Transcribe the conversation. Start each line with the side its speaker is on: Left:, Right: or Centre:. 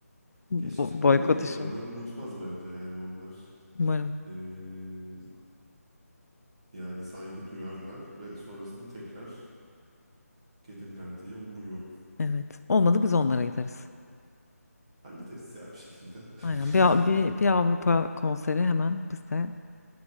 Left: Bu
Right: Keşke ama
Left: boykot
Right: gelirler
Left: işim.
Right: onlar unutmaz bence yani onlar
Left: Umarım.
Right: eee, yani saygı duyarlar ve sonrasında tekrar gelirler diye umuyorum.
Left: Evet. Olmadı biz onlara gideriz.
Right: Hallederiz ya bir şekilde.
Left: Aynen. Bir,
Right: <laughs>
Left: bir, bir Avrupa konseri hemen bizde.